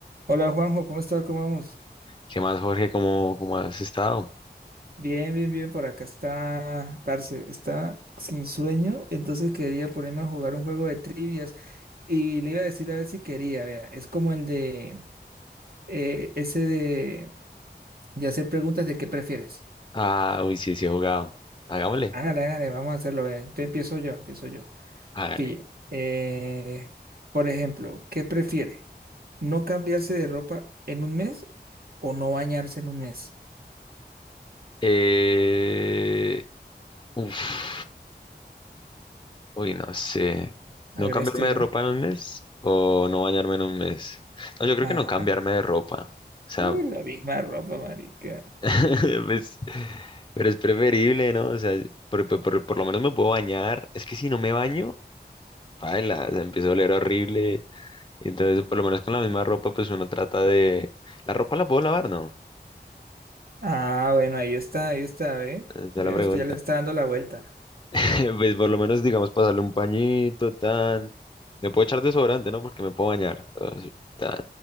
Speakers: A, on the right (about 60°); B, on the left (about 25°).
A: Hola Juanjo, ¿cómo está? ¿Cómo vamos?
B: ¿Qué más, Jorge? ¿Cómo, cómo has estado?
A: Bien, bien, bien, por acá está, parce, está sin sueño, entonces quería ponerme a jugar un juego de trivias y le iba a decir a ver si quería, vea, es como el de, eh, ese de, de hacer preguntas de qué prefieres.
B: Ah, uy, sí, sí he jugado. Hagámosle,
A: Hágale, hágale, vamos a hacerlo, vea, entonces empiezo yo, empiezo yo.
B: hágale.
A: Pille, eh, por ejemplo, ¿qué prefiere? ¿No cambiarse de ropa en un mes o no bañarse en un mes?
B: Eh, uf. Uy, no sé.
A: Agreste,
B: ¿No cambiarme de ropa en un mes o no bañarme en un mes? No, yo creo
A: ¿no?
B: que no cambiarme de ropa. O sea,
A: Uy, la misma ropa, marica.
B: <laughs> pues, pero es preferible, ¿no? O sea, por, por- por- por lo menos me puedo bañar. Es que si no me baño, paila, se empieza a oler horrible. Entonces, por lo menos con la misma ropa, pues uno trata de... La ropa la puedo lavar, ¿no?
A: Ah, bueno, ahí está, ahí está, ve.
B: Esa
A: Ve,
B: es la pregunta.
A: usted ya le está dando la vuelta.
B: <laughs> Pues por lo menos, digamos, pasarle un pañito, tan. Me puedo echar desodorante, ¿no? Porque me puedo bañar. Entonces, tan.